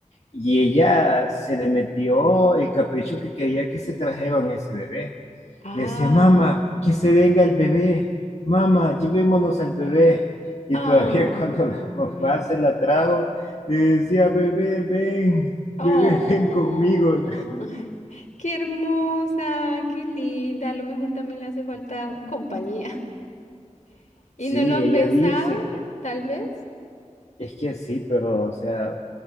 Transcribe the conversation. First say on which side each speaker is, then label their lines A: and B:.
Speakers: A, on the left (about 60°); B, on the left (about 80°).
A: y ella se le metió el capricho que quería que se trajeran ese bebé.
B: Ah.
A: Le decía, mamá, que se venga el bebé, mamá, llevémonos al bebé. Y
B: Ay,
A: todavía <laughs> cuando la mamá se la trajo, le decía, bebé, ven,
B: oh,
A: bebé, ven conmigo.
B: qué hermosa, qué linda. A lo mejor también le hace falta
A: <laughs>
B: un- compañía. <laughs> ¿Y
A: Sí,
B: no lo han
A: ella
B: pensado,
A: dice que
B: tal vez?
A: es que sí, pero o sea,